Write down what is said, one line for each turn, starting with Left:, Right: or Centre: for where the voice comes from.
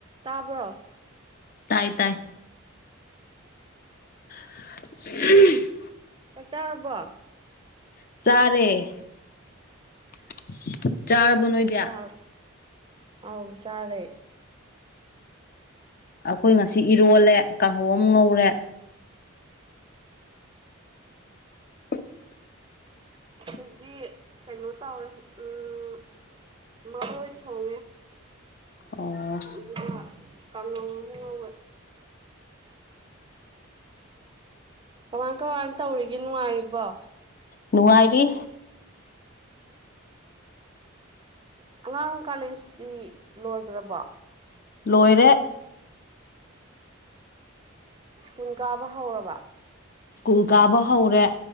Right: ꯇꯥꯕ꯭ꯔꯣ
Left: ꯇꯥꯏ ꯇꯥꯏ <unintelligible>
Right: ꯆꯥꯛ ꯆꯥꯔꯕꯣ
Left: ꯆꯔꯦ <unintelligible>
Right: ꯀꯩ ꯃꯊꯦꯜ
Left: ꯅꯣꯏꯗꯤ
Right: ꯆꯥꯔꯕ ꯑꯥꯎ ꯆꯥꯔꯦ
Left: ꯑꯈꯣꯏ ꯉꯁꯤ ꯏꯔꯣꯜꯂꯦ ꯀꯥꯡꯍꯧ ꯑꯃ ꯉꯧꯔꯦ <unintelligible>
Right: ꯑꯈꯣꯏꯗꯤ ꯀꯩꯅꯣ ꯇꯧꯋꯦ ꯎꯝ ꯃꯔꯣꯏ ꯊꯣꯡꯉꯦ
Left: ꯑꯣ
Right: ꯑꯗꯨꯒ ꯀꯥꯡꯍꯧ ꯑꯃ ꯉꯧꯋꯦ ꯀꯃꯥꯏ ꯀꯃꯥꯏ ꯇꯧꯔꯤꯒꯦ ꯅꯨꯡꯉꯥꯏꯔꯤꯕꯣ
Left: ꯅꯨꯡꯉꯥꯏꯗꯤ
Right: ꯑꯉꯥꯡ ꯀꯥꯂꯦꯟ ꯁꯨꯇꯤ ꯂꯣꯏꯒ꯭ꯔꯕꯣ
Left: ꯂꯣꯏꯔꯦ
Right: ꯁ꯭ꯀꯨꯜ ꯀꯥꯕ ꯍꯧꯔꯕ
Left: ꯁ꯭ꯀꯨꯜ ꯀꯥꯕ ꯍꯧꯔꯦ